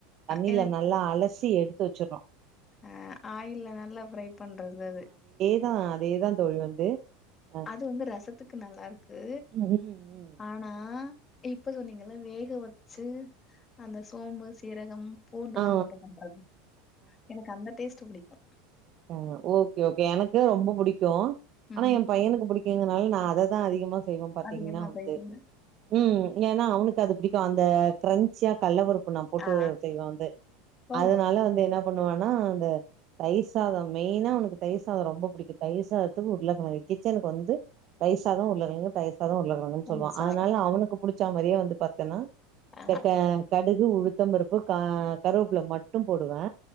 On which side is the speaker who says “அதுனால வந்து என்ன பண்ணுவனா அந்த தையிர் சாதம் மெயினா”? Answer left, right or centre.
Right